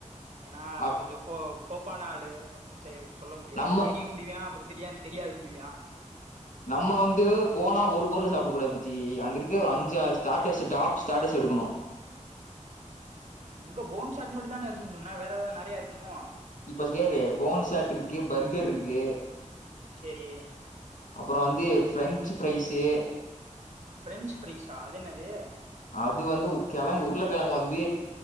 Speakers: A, on the right (about 65°); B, on the left (about 80°).
A: ஏன்னா
B: அப்
A: கொஞ்ச கோ கோப்பான ஆளு ஒன்னு செய்யது சொல்ல முடியாது
B: நம்ம
A: தெரியம்டுவியா அப்பற திடியான்னு தெரியாதுன்னுவியா
B: நம்ம வந்து போனா ஒரு பொருள் சாப்டக்க கூடாது மச்சி அங்கிருக்க ஒரு அஞ்சுறு ஸ்டார்டர்ஸ் எட் டாப் ஸ்டாட்டஸ் எடுக்குணு
A: உங்க போன்ஷாட் மட்டு தான இருக்குன் சொன்ன வேற எதாது நறைய இருக்குமோ
B: இப்பஸ் கேளு போன்சாட் இருக்கு பர்கர்ருக்கு
A: செரி
B: அப்புறோ வந்து பிரஃரெஞ்சு ஃரைஸு
A: பிரஃரெஞ்சு ஃப்ரைஸா அது என்னது
B: அது வந்து கிழங்கு உருளைக்கிழங்கு வந்து